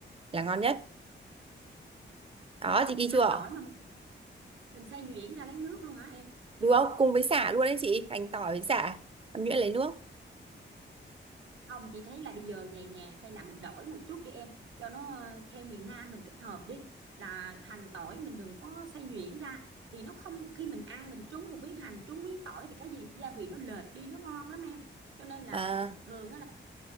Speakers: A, on the right; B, on the right.
A: là ngon nhất đó chị ghi
B: Hành
A: chưa
B: tỏi mà mình, mình xay nhuyễn ra lấy nước luôn hả em?
A: đúng không cùng với sả luôn đấy chị hành tỏi với sả xay nhuyễn lấy nước
B: không chị thấy là bây giờ vậy nè hay là mình đổi một chút đi em cho nó ờ, theo miền Nam mình kết hợp đi là hành tỏi mình đừng có xay nhuyễn ra thì nó không khi mình ăn mình trúng một miếng hành trúng miếng tỏi thì cái gì gia vị nó lệch đi nó ngon lắm em cho nên là
A: à,
B: thường á là